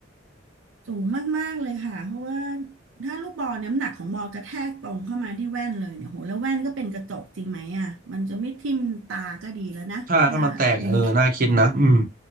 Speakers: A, on the right; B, on the right.
A: สูงมากๆเลยค่ะเพราะว่าถ้าลูกบอลน้ำหนักของบอลกระแทกตรงเข้ามาที่แว่นเลยเนี่ยโหแล้วแว่นก็เป็นกระจกจริงไหมอ่ะมันจะไม่ทิ่มตาก็ดีแล้วนะถ้าในเหตุการณ์
B: ถ้าถ้ามันแตกเออน่าคิดนะอืม